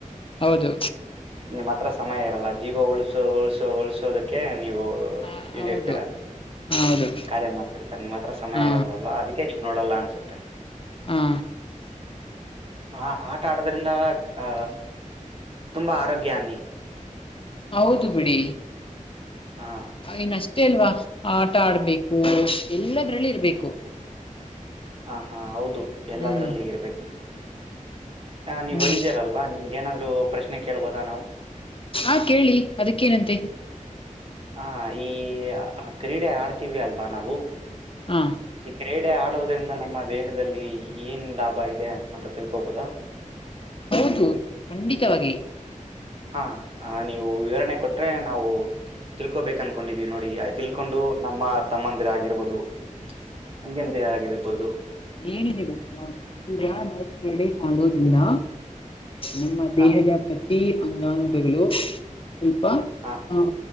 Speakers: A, on the left (about 40°); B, on the right (about 45°).
A: ಹೌದು
B: ನಿಮ್ಮ ಹತ್ರ ಸಮಯ ಇರಲ್ಲ ಜೀವ ಉಳಸು ಉಳಸು ಉಳಸೋದ ಕ್ಕಿ ನೀವು
A: ಹ
B: ಇದಿರ್ತೀರಾ
A: ಹೌದು ಹೌದು
B: ಕಾರ್ಯ ಮಾಡ್ತಿರ್ತಾರೆ ನಿಮ್ಮ್ ಹತ್ರ ಸಮಯ
A: ಹಾ
B: ಇರಲ್ವಲ್ವಾ ಅದಕ್ಕೆ ನೀವ್ ನೋಡಲ್ಲ ಅನ್ಸುತ್ತೆ
A: ಹಾ
B: ಆ ಆಟ ಆಡೋದ್ರಿಂದ ಅ ತುಂಬ ಆರೋಗ್ಯನ್ನಿ
A: ಹೌದು ಬಿಡಿ
B: ಹಾಂ
A: ಇನಷ್ಟ್ ಅಷ್ಟೇ ಅಲ್ವಾ ಆಟ ಆಡ್ಬೇಕು ಎಲ್ಲದ್ರಲ್ಲಿ ಇರ್ಬೇಕು
B: ಹ ಹಾ ಹೌದು ಎಲ್ಲದ್ರಲ್ಲಿ
A: ಹ್ಮ್
B: ಇರ್ಬೇಕು ಹ ನೀವ್
A: ಹ್ಮ್
B: ವೈದ್ಯರ ಅಲ್ವಾ ನಿಮ್ಗ ಏನಾದ್ರು ಪ್ರೆಶ್ನೆ ಕೇಳಬೋದಾ ನಾವು
A: ಹಾ ಕೇಳಿ ಅದಕ್ಕೇನಂತೆ
B: ಹಾ ಈ ಆ ಕ್ರೀಡೆ ಆಡ್ತೀವಿ ಅಲ್ವಾ ನಾವು
A: ಹಾ
B: ಈ ಕ್ರೀಡೆ ಆಡುವುದ್ರಿಂದ ನಮ್ಮ ದೇಹದಲ್ಲಿ ಏನ್ ಲಾಭ ಇದೆ ಅಂತ ತಿಳ್ಕೋಬೋದಾ
A: ಹೌದು ಖಂಡಿತವಾಗಿ
B: ಹಾ ನೀವು ವಿವರಣೆ ಕೊಟ್ರೆ ನಾವು ತಿಳ್ಕೋಬೇಕು ಅನ್ಕೊಂಡಿದೀವಿ ನೋಡಿ ತಿಳ್ಕೊಂಡು ನಮ್ಮ ತಮ್ಮಂದಿರ ಆಗಿರ್ಬೋದು ತಂಗಿಯೆಂದಿರ್ ಆಗಿರ್ಬಹುದು
A: ಏನಿದೆ ಗೊತ್ತ ಈಗ ನಾ ಕ್ರೀಡೆ ಆಡೋದ್ರಿಂದ ನಮ್ಮ
B: ಹಾ
A: ದೇಹದ ಪ್ರತಿ ಅಂಗಾಂಗಗಳು ಸ್ವಲ್ಪ
B: ಹಾ
A: ಹ್